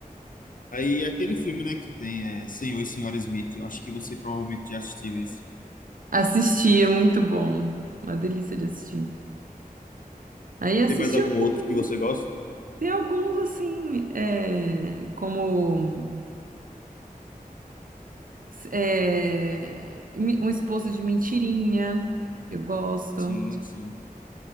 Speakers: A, on the left; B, on the right.
A: aí aquele filme, né, que tem é, Senhor e Senhora Smith, eu acho que você provavelmente já assistiu esse.
B: Assisti, é muito bom. Uma delícia de assistir. Aí assisti
A: Tem mais algum
B: alguns.
A: outro que você gosta?
B: Tem alguns, assim, é, como é, Mi- Um Esposo de Mentirinha. Eu gosto.
A: Sim, sim.